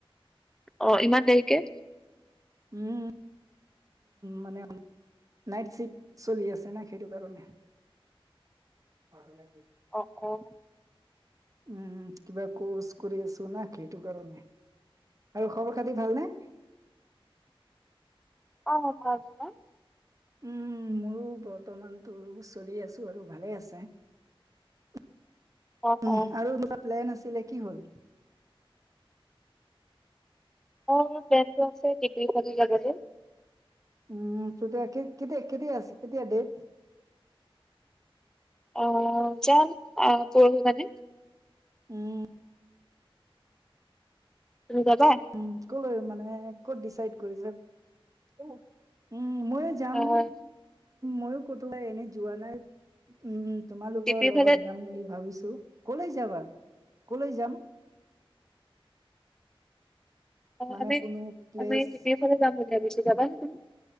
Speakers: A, in the centre; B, on the right.
A: অ', ইমান দেৰিকে।
B: উম। মানে নাইট শিফ্ট চলি আছে না সেইটো কাৰণে। অ', তেনে
A: অ', অ',
B: উম, কিবা কৰ্চ কৰি আছো না সেইটো কাৰণে। আৰু খবৰ খাতি ভালনে।
A: অ হয় হয়।
B: উম মোৰো বৰ্তমানতো চলি আছোঁ আৰু ভালে আছে। উম,
A: অ অ
B: আৰু <unintelligible> প্লেন আছে। কেলে কি হল?
A: অ প্লেনটো আছে <unintelligible> যাবলৈ।
B: উম, তেতিয়া কে কেতিয়া কেতিয়া আছে কেতিয়ায়া ডেট?
A: অ', যাম আ, পৰহি মানে।
B: উম,
A: তুমি যাবা
B: উম, কলৈ মানে ক'ত ডিচাইড কৰিছে? উম, ময়ো যাম
A: আহ
B: ময়ো কতোবাই এনে যোৱা নাই উম, তোমালোকৰ
A: টিপিৰ
B: লগত
A: ফালে
B: যাম বুলি ভাবিছো। কলৈ যাবা কলৈ যাম।
A: অ
B: মানে
A: আমি
B: কোনো প্লেচ
A: আমি এফালে যাম বুলি ভাবিছো যাবা নেকি।